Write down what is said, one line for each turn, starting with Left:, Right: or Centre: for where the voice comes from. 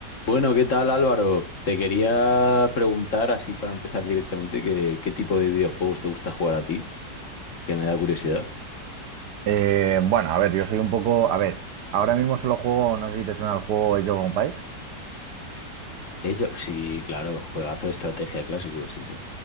Left: Bueno, ¿qué tal Álvaro? Te quería preguntar, así para empezar directamente, que- qué tipo de videojuegos te gusta jugar a ti, que me da curiosidad.
Right: Eh, bueno, a ver, yo soy un poco. A ver, ahora mismo solo juego, no sé si te suena el juego Age of Empires.
Left: Ella, sí, claro, juegazo de estrategia clásico, sí, sí.